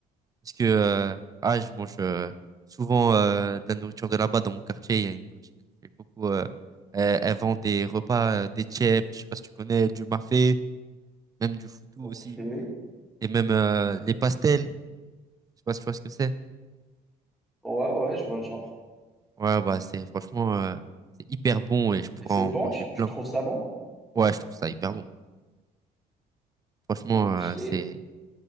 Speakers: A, on the right (about 20°); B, in the centre.
A: Parce que euh, ah, je mange euh, souvent euh, de la nourriture de là-bas dans mon quartier. Il y a une cantine qui fait beaucoup. euh, elle, elle vend des repas, euh, des tchèps, je sais pas si tu connais, du mafé, même du foutou
B: Ok.
A: aussi.
B: Ouais,
A: Et même euh, les pastels, je sais pas si tu vois ce que c'est.
B: ouais, je vois le genre.
A: Ouais, bah c'est franchement euh, c'est hyper bon et je pourrais
B: C'est
A: en
B: bon,
A: manger
B: tu,
A: plein.
B: tu trouves ça bon?
A: Ouais, je trouve ça hyper bon. Franchement,
B: Ok.
A: euh, c'est